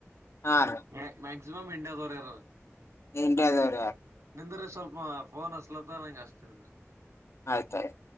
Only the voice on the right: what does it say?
ಮ ಮ ಸಿಮ ಮಂಡಾರರ
ನಿಂದ್ರೀ ಸ್ವಲ್ಪ ಫೋನ್ ಹಸ್ಲತ್ತ ನಂಗಗೆ ಹಸ್ತೀನಿ ಅನ್ರಿ